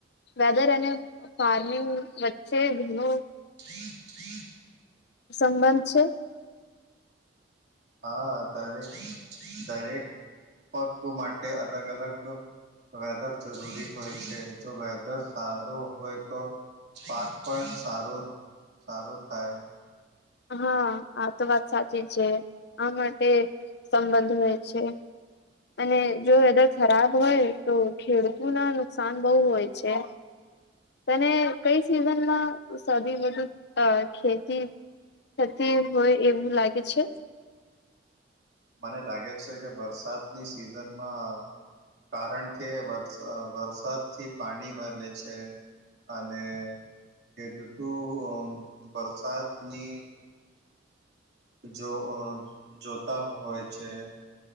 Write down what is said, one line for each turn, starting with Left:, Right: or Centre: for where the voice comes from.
Left: વેધર અને પાની વચ્ચે ઘનો
Right: <inaudible>
Left: સંબંધ છે.
Right: હા, દરેક દરેક પાકો માટે અલગ-અલગ વેધર જરૂરી હોય છે, જો વેધર સારું હોય તો... પાક પણ સારો સારો થાય.
Left: હા. આ તો વાત સાચી છે, આ માટે સંબંધ હોય છે. અને જો વેધર ખરાબ હોય, તો ખેડૂતના નુકસાન બઉં હોય છે. તને કઈ સિઝનમાં સથી વધુ અ ખેતી થતી હોય એવું લાગે છે.
Right: મને લાગે છે કે, વરસાદની સિઝનમાં કારણ કે વર અ વરસાદથી પાની મલે છે અને.. કેતતુ હોય વરસાદની જોહર જોતા હોય છે.